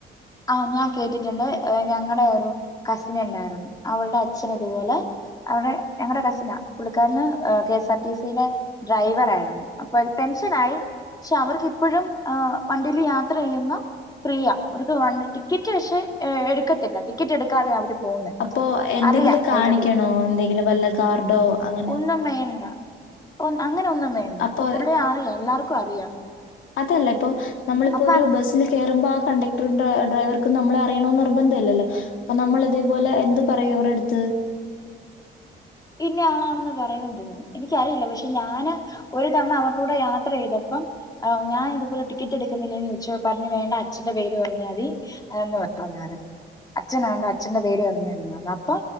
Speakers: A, on the left; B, on the left.
A: ആഹ് ഞാൻ കേട്ടിട്ടുണ്ട് ഏഹ് ഞങ്ങളടെ ഒരു കസിന്ണ്ടാരുന്നു അവളുടെ അച്ഛനിതുപോലെ അവിടെ ഞങ്ങടെ കസിനാ പുള്ളിക്കാരന് ഏഹ് കെഎസ് ആർ ടി സിയിലെ ഡ്രൈവർ ആരുന്നു അപ്പൊ പെൻഷനായി. ക്ഷെ അവർക്കിപ്പഴും ഹ് വണ്ടിൽ യാത്ര ചെയ്യുന്ന ഫ്രീ ആ. ഇത് വണ് ടിക്കറ്റ് പക്ഷെ എ എടുക്കത്തില്ല ടിക്കറ്റ് എടുക്കാത അവര് പോകുന്നെ
B: അപ്പോ എന്തെങ്കിലും
A: അറിയാം
B: കാണിക്കണോ
A: ഓൾറെഡി
B: എന്തെങ്കിലും വല്ല കാർഡോ അങ്ങനെ?
A: ഒന്നും വേണ്ട. ഒന്ന്‌ അങ്ങന ഒന്നും വേണ്ട
B: അപ്പോ
A: പുള്ളിയെ അറിയാ എല്ലാർക്കു അറിയാം.
B: അതല്ല ഇപ്പോ നമ്മളിപ്പോരു
A: അപ്പൊ
B: ബസ്സിൽ കേറുമ്പാ കണ്ടക് ടർ ഡ്രൈവർക്കും നമ്മളെ അറിയണോന്ന് നിർബന്ധില്ലല്ലോ അപ്പൊ നമ്മൾ ഇതേപോലെ എന്ത് പറയും അവരെടുത്ത്?
A: ഇന്നെ ആളാണെന്ന് പറയൊന്ന് തോന്നുന്നു എനിക്കറിയില്ല പക്ഷെ ഞാന് ഒരു തവണ അവര്ടൂടെ യാത്രയ്തപ്പം ആ ഞാൻ ഇതുപോലെ ടിക്കറ്റ് എടുക്കുന്നില്ലേന്ന് ചോദിച്ചു പറഞ്ഞു വേണ്ട അച്ഛന്റെ പേര് പറഞ്ഞാ മതി. അന്ന് പറ പറഞ്ഞായിരുന്നു അച്ഛ്നാണ് അച്ഛന്റെ പേര് പറ്ഞാ മതിന്ന്‌ പറ്ഞ്ഞു അപ്പൊ